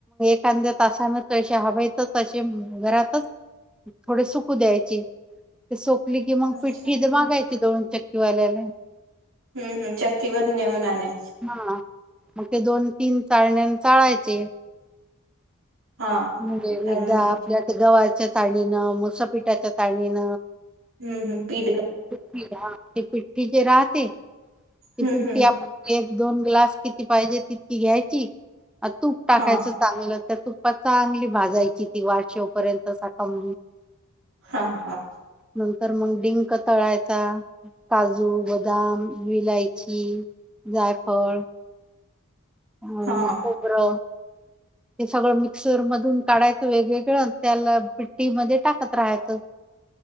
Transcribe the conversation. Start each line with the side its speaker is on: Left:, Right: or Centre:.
Centre: अर्ध्या तासान. तशे हवे हायत. असे घरातच थोडे सुकू द्यायचे. ते सोकली की मग
Right: अच्छा
Centre: पिठ्ठी तर मागायची दळून चक्कीवाल्याला.
Right: हम. हम् चक्कीवरर नेऊन आणाय.
Centre: हा मग ते दोन-तीन चाळण्या चाळायचे.
Right: हा
Centre: म्हणजे
Right: तळून
Centre: एकदा
Right: घे
Centre: आपल्यात गव्हाच्या चाळणीन मुसपिटाच्या चाळणीन.
Right: हम् हम्म ते.
Centre: पिठ्ठी- पिठ्ठी जे राहते. ती
Right: हम्म
Centre: पिट्टी
Right: हम्म
Centre: आपण एक दोन ग्लास किती पाहिजे तितकी. ती घ्यायची, अ तूप टाकायचं
Right: हा
Centre: चांगलं त्या तूप चांगली भाजायची ती वास येऊ पर्यंत <unintelligible>
Right: हा हा.
Centre: नंतर मग डिंक तळायचा. काजू, बदाम, विलायची, जायफळ. ह
Right: हा
Centre: खोबरं. ते सगळं मिक्सर मधून काढायचं वेगवेगळं त्याला पिट्टी मध्ये टाकत राहायचं.